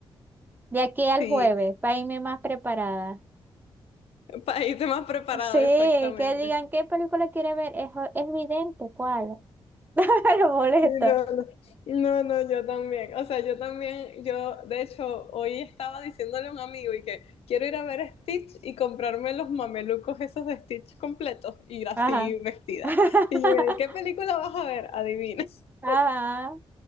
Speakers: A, on the right; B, on the left.
A: De aquí al
B: Sí.
A: jueves, para irme más preparada.
B: País más preparado,
A: Sí,
B: exactamente.
A: que digan qué película quiere ver. Es, o- es vidente, ¿cuál? <laughs> Los boletos.
B: Sí, No, no, no, no, yo también. O sea, yo también, yo de hecho hoy estaba diciéndole a un amigo y que quiero ir a ver a Stitch y comprarme los mamelucos esos de Stitch completos, ir así
A: Ajá.
B: vestida.
A: <laughs>
B: Y yo, ¿qué película vas a ver? Adivina. <laughs>
A: Ajá.